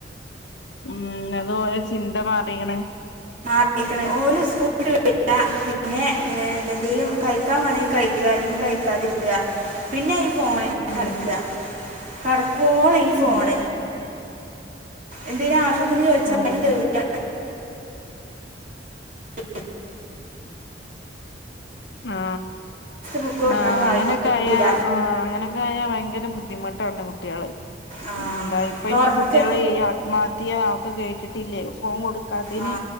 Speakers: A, on the left (about 75°); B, on the right (about 50°).
A: ഉം അതുപോലെ ചിന്ത മാറിക്കണ്
B: <unintelligible> പിന്നെ എന്തേലും കഴിക്കാൻ വേണെങ്കിൽ കഴിക്കുക അല്ലെങ്കിൽ കഴിക്കാതിരിക്കുക പിന്നെ പോനേനുമുന്നെ
A: ഉം
B: കിടക്കുക <unintelligible> ഫോൺ ഐ ഫോൺ
A: ഉം
B: എന്തെലും ആവശ്യത്തിന് ചോദിച്ചാലും
A: ഉം
B: തരൂല്ല <unintelligible>
A: ആ
B: ബുക്ക് ഒന്നാ
A: ആ
B: വായിക്കൂല
A: അങ്ങനൊക്കെ ആയാ ആ അങ്ങനൊക്കെ ആയ ഭയങ്കര ബുദ്ധിമുട്ടാണ് കുട്ട്യാള്
B: ആ
A: എന്താ ഇപ്പൊ
B: തുറക്ക്
A: ഈ കുട്ടികള് ഈ ആത്മഹത്യാ ക്കൊ കേട്ടിട്ടില്ലേ ഫോൺ കൊടു കാതിന്
B: ആ